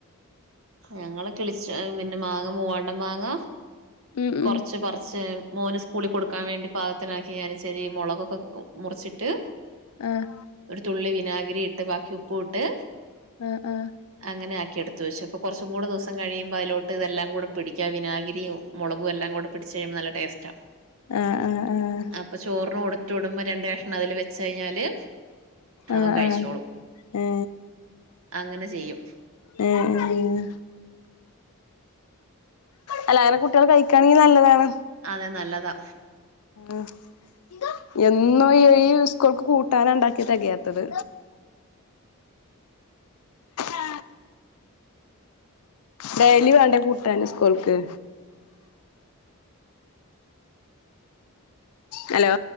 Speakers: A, on the right (about 65°); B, on the left (about 85°).
A: ഞങ്ങള് കിളിച്ച പിന്നെ മാങ്ങ മൂവാണ്ട മാങ്ങ
B: ഉം
A: കൊറച്ച്
B: ഉം
A: പറച്ച് മോന് സ്കൂളി കൊടുക്കാൻ വേണ്ടി പാകത്തിനാക്കി ഞാന് ച്ചിരി മുളകൊക്കെ മുറിച്ചിട്ട്
B: ആഹ്
A: ഒരു തുള്ളി വിനാഗിരി ഇട്ട് ബാക്കി ഉപ്പു ഇട്ട്
B: ആഹ ആഹ്
A: അങ്ങനെയാക്കി എടുത്ത് വച്ചു ഇപ്പ കൊർച്ചും കൂടി ദിവസം കഴിയുമ്പോ അതിലോട്ട് ഇതെല്ലാം കൂടെ പിടിക്ക വിനാകിരി മുളകും എല്ലാം കൂടെ പിടിച്ച് കഴിയുമ്പോ നല്ല ടേസ്റ്റാ
B: ആഹ് ആഹ്
A: അപ്പൊ ചോറിന് കൊടുത്തു വിടുമ്പോ രണ്ട് കഷ്ണം അതില് വെച്ച് കഴിഞ്ഞാല്
B: ആഹ
A: അവൻ കഴിച്ചോളും
B: ആഹ ഏ
A: അങ്ങനെ ചെയ്യും
B: എ ഏ അല്ലങ്ങനെ കുട്ടികൾ കഴിക്കാണെങ്കിൽ നല്ലതാണ്
A: അതെ നല്ലതാ
B: ആഹ എന്നും ഈ സ്കൂൾക്ക് കൂട്ടാന ഉണ്ടാക്യ തെകയാത്തത് ആ ഡെയ്ലി വേണ്ടെ കൂട്ടാന് സ്കൂൾക്ക് ഹലോ